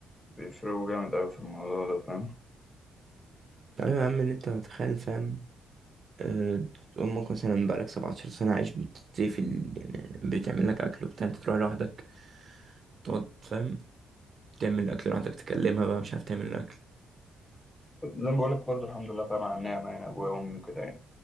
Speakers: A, on the left; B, on the right.
A: بيفرقوا جامد أوي في الموضوع ده فاهم
B: أيوة يا عم اللي انت هتخيل فاهم آه، أمك مثلا بقالك 17 سنة عايش بتطيب في ال... يعني بتعمل لك أكل وبتاع انت تروح لوحدك تقعد فاهم تعمل الأكل لوحدك تكلمها بقى مش عارف تعمل الأكل
A: زي ما بقولك برضه الحمد لله طبعا على النعمة يعني أبويا وأمي وكده يعني